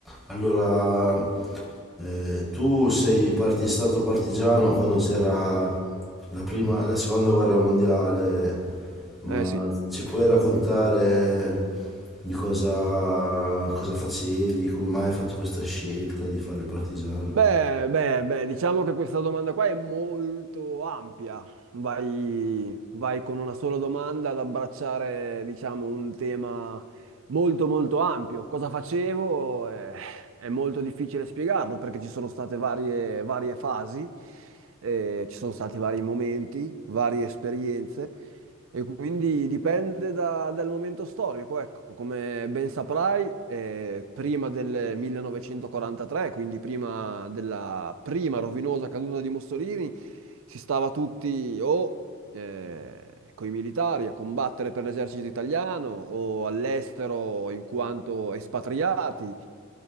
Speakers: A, in the centre; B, on the right (about 65°).
A: Allora, eh, tu sei parti, stato partigiano quando c'era la prima, la seconda guerra mondiale, ma
B: Eh sì.
A: ci puoi raccontare di cosa, cosa facevi, come mai hai fatto questa scelta di fare il partigiano?
B: Beh, beh, beh, diciamo che questa domanda qua è molto ampia. Vai, vai con una sola domanda ad abbracciare, diciamo, un tema molto molto ampio. Cosa facevo? Eh, è molto difficile spiegarlo perché ci sono state varie, varie fasi, eh, ci sono stati vari momenti, varie esperienze. E quindi dipende da- dal momento storico, ecco. Come ben saprai, eh, prima del 1943, quindi prima della prima rovinosa caduta di Mussolini, si stava tutti o eh, coi militari a combattere per l'esercito italiano o all'estero in quanto espatriati.